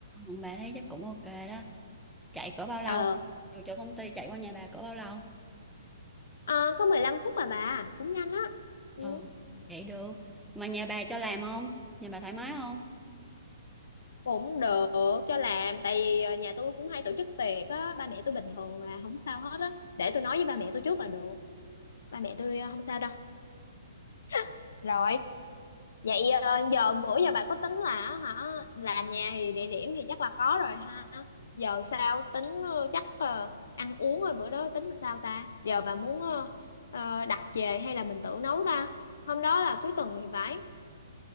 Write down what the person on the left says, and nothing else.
Ờ
Ờ, có 15 phút à bà cũng nhanh á ừ,
cũng được cho làm tại vì ờ, nhà tôi cũng hay tổ chức tiệc á ba mẹ tôi bình thường mà không sao hết á để tôi nói với ba mẹ tôi trước là được ba mẹ tôi ờ, không sao đâu <laughs> rồi vậy ờ, giờ bữa giờ bà có tính là hả làm nhà thì địa điểm thì chắc là có rồi ha giờ sao tính ờ, chắc ờ, ăn uống rồi bữa đó tính là sao ta giờ bà muốn ờ, ờ, đặt về hay là mình tự nấu ta hôm đó là cuối tuần thì phải